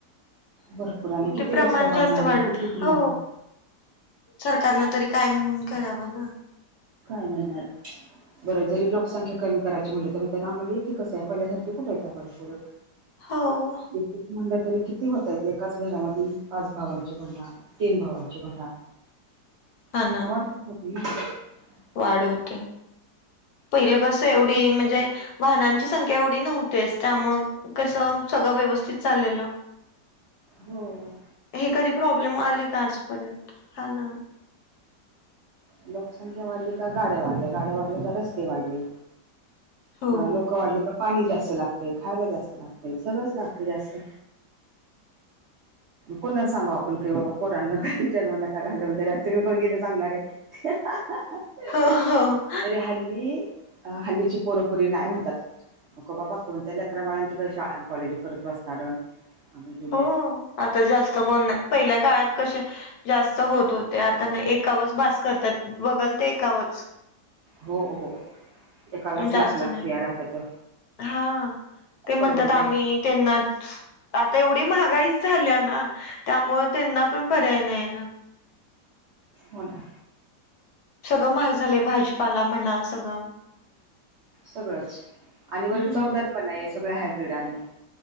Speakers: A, on the right (about 80°); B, on the left (about 70°).
A: भरपूर आणि किती
B: ते प्रमाण
A: रस्ते बांधणार
B: जास्त
A: आणि
B: वाढत
A: किती तुम्हाला
B: हो सरकारन तरी काय म्हणून करावं ना?
A: काय म्हणणार बरं जरी लोकसंख्या कमी करायची म्हटल तर म्हणतील आम्हाला एक एकच आहे पहिल्यासारखे कुठ आहेत आम्हाला पोर
B: हो
A: एक म्हणलं तरी किती होतय एकाच घरामध्ये पाच भावांची म्हणा तीन भावांची म्हणा
B: हा ना
A: वाढतच जातील ना <inaudible>
B: वाढ होते पहिलं कस एवढी म्हणजे वाहनांची संख्या एवढी नव्हतेच त्यामुळं कसं सगळं व्यवस्थित चाललेलं
A: होय
B: हे कधी प्रॉब्लेम आले का आजपर्यंत हा ना
A: लोकसंख्या वाढली का गाड्या वाढल्या गाड्या वाढल्या का रस्ते वाढले
B: हो
A: लोक वाढली का पाणी जास्त लागतय खायला जास्त लागतय सगळंच लागतय जास्त कोणाला सांगाव आपून की बाबा पोरांना जन्म नका घाललू म्हणून तुम्ही काय केलं सांगणार आहे
B: हो हो
A: तरी हल्ली अ हल्लीची पोरपोरी नाही म्हणतात नक बाबा कोणत्या ल अकरामळ्यांची का शाळां कॉलेजी करत बसणार आम्ही तुम
B: हो आता जास्त कोण नाही पहिल्या काळात कसे जास्त होत होते आता नाही एकावच बाास तात बघल ते ए कावच
A: हो हो एकालाच
B: जास्त
A: लाख लाख
B: नाही
A: पिया राहत्यात
B: हा ते म्हणतात
A: परवडीत
B: आम्ही
A: लेकरं
B: त्यांना आता एवढी महागाईच झाली ना त्यामुळं त्यांना पण पर्याय नाही ना?
A: होना
B: सगळ महाग झाले आहे भाजीपाला म्हणा सगळं
A: सगळंच आणि बरच
B: हम्म
A: चवदार पण नाही आहे सगळ्या हायब्रीड अन्न